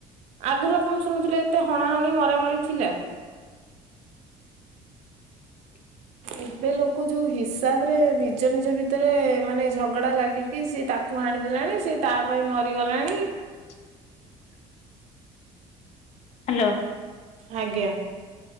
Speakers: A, on the right (about 65°); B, on the left (about 55°).
A: ଆଗରୁ ଆପଣ ଶୁଣୁଥିଲେ ଏତେ ହଣାହଣି ମରାମରି ଥିଲା
B: <unintelligible>
A: ଏବେ ଲୋକ ଯୋଉ ହିସାବ ରେ ନିଜ ନିଜ ଭିତରେ ମାନେ ଝଗଡା ଲାଗିକି ସି ତାକୁ ହାଣ ଣିଦେଲାଣି ସେ ତା ପାଇଁ ମରିଗଲାଣି
B: <unintelligible> ହାଲୋ
A: ଆଜ୍ଞା